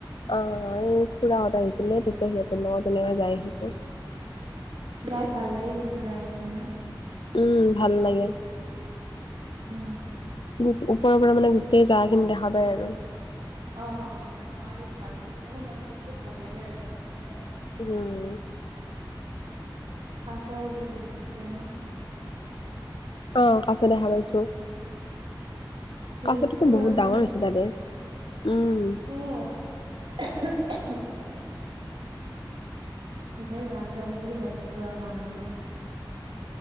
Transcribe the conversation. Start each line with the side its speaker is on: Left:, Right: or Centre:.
Left: অঁ এই খুৰাহঁত আহিছিলে তেতিয়া সিহঁতৰ লগত এনেকে যায় আহিছোঁ।
Right: যায় ভাল লাগে কিন্তু জাগা খিনি ন?
Left: উম ভাল লাগে।
Right: উম।
Left: গোট ওপৰৰ পৰা মানে গোটেই জাগা খিনি দেখা পায় আৰু।
Right: অঁ আৰু ভাল মানে মন্দিৰটো ভাল লাগে আৰু দেখাত।
Left: উম।
Right: কাছবিলাক দেখিছিলে নে?
Left: অঁ কাছ দেখা পাইছোঁ।
Right: বহুত
Left: কাছটোতো
Right: পুৰণা
Left: বহুত ডাঙৰ আছে তাতে। উম।
Right: অহ, উমহ উমহ। মই যাম যাম বুলি ভাবিছোঁ যোৱা হোৱা নাই।